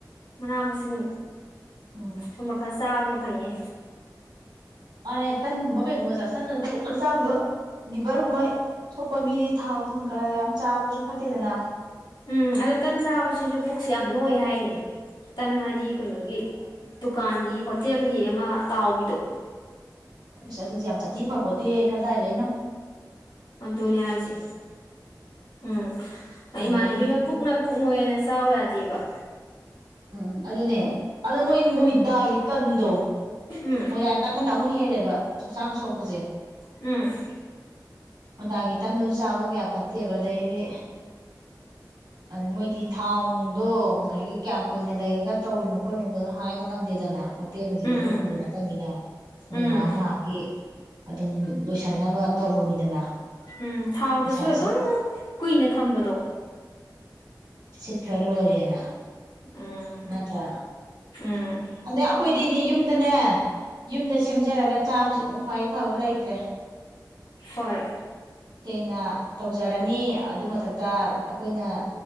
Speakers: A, on the left; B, on the right.
A: ꯃꯅꯥ ꯃꯁꯤꯡ
B: ꯎꯝ
A: ꯁꯨꯝꯕ ꯈꯔ ꯆꯥꯕꯅ ꯐꯩꯅꯦ
B: ꯃꯥꯅꯦ ꯇꯟꯒꯨꯝꯕ ꯀꯩꯒꯨꯝꯕ ꯆꯁ ꯅꯗꯤ ꯍꯛꯆꯥꯡꯗꯣ ꯂꯤꯚꯔꯒꯨꯝꯕ ꯁꯣꯛꯄ ꯃꯤꯗꯤꯩ ꯊꯥꯎ ꯊꯨꯝ ꯀꯔꯥ ꯌꯥꯝ ꯆꯥꯕꯁꯨ ꯐꯠꯇꯦꯗꯅ
A: ꯎꯝ ꯑꯗ ꯇꯟ ꯆꯥꯕꯁꯤꯁꯨ ꯄꯨꯛꯁ ꯌꯥꯝ ꯅꯣꯏ ꯍꯥꯏꯌꯦ ꯇꯟ ꯍꯥꯏꯗꯤ ꯀꯩꯅꯣꯒꯤ ꯗꯨꯀꯥꯟꯒꯤ ꯍꯣꯇꯦꯜꯒꯤ ꯑꯃ ꯇꯥꯎꯕꯤꯗꯣ
B: ꯏꯁ ꯑꯗꯨꯗꯤ ꯁꯥꯊꯤ ꯐꯄꯣꯇꯦꯍꯦ ꯀꯗꯥꯥꯏꯗꯩꯩꯅꯣ
A: ꯑꯗꯨꯅꯦ ꯍꯥꯏꯁꯦ ꯎꯝ
B: ꯑꯗꯒꯤꯗꯤ
A: ꯏꯃꯥꯟꯅꯕꯤ ꯑꯃ ꯄꯨꯛꯅꯣꯏ ꯄꯨꯛꯅꯣꯏꯅ ꯆꯥꯎ ꯌꯥꯗꯦꯕ
B: ꯎꯝ ꯑꯗꯨꯗꯅꯦ ꯑꯗ ꯃꯣ ꯏ ꯃꯣꯏꯗꯒꯤ ꯇꯟꯗꯨ
A: ꯎꯝ
B: ꯃꯣꯏꯗ ꯇꯟꯗꯨꯅ ꯑꯃꯨ ꯍꯦꯜ ꯂꯦꯕ ꯍꯛꯆꯥꯡ ꯁꯣꯛꯄꯁꯦ
A: ꯎꯝ
B: ꯃꯣꯏꯗꯥꯒꯤ ꯇꯟꯗꯨ ꯆꯥꯕꯁꯨ ꯀꯌꯥ ꯐꯠꯇꯦꯕ ꯑꯗꯩꯗꯤ ꯑꯗ ꯃꯣꯏꯗꯤ ꯊꯥꯎ ꯅꯨꯡꯗꯣ ꯉꯁꯥꯏꯒꯤ ꯀꯌꯥꯝ ꯀꯨꯏꯅ ꯂꯩꯔꯒ ꯇꯧꯔꯤꯅꯣ ꯈꯣꯠꯂꯤꯅꯣꯗꯣ ꯍꯥꯏꯕ ꯉꯝꯗꯦꯗꯅ ꯍꯦꯜꯑꯖꯤ
A: ꯎꯝ
B: ꯈꯣꯏ ꯎꯕ ꯅ ꯇꯅꯤꯅ ꯃꯣꯏ
A: ꯎꯝ
B: ꯉꯥꯏꯍꯥꯛ ꯉꯥꯏꯍꯥꯛꯀꯤ ꯑꯗꯨꯝ ꯂꯣꯏꯁꯟꯅꯕ ꯇꯧꯕꯅꯤꯗꯅ
A: ꯎꯝ ꯊꯥꯎꯗꯨꯁꯨ
B: ꯄꯩꯁꯥ
A: ꯑꯗꯨꯝ
B: ꯁꯤꯠ
A: ꯀꯨꯏꯅ ꯊꯝꯕꯗꯣ
B: ꯁꯤꯠꯈ꯭ꯔ ꯂꯣꯏꯔꯦꯅ
A: ꯎꯝ
B: ꯇꯔꯥ
A: ꯎꯝ
B: ꯑꯗ ꯑꯩꯈꯣꯏꯗꯤꯅꯤ ꯌꯨꯝ ꯌꯨꯝꯗꯅꯦ ꯌꯨꯝꯗ ꯁꯦꯝꯖꯔꯒ ꯆꯥꯕꯁꯤꯃꯨꯛ ꯈ꯭ꯋꯥꯏ ꯐꯕ ꯂꯩꯇ꯭ꯔꯦ
A: ꯍꯣꯏ
B: ꯁꯦꯡꯅ ꯇꯧꯖꯔꯅꯤ ꯑꯗꯨ ꯃꯊꯛꯇ ꯑꯩꯈꯣꯏꯅ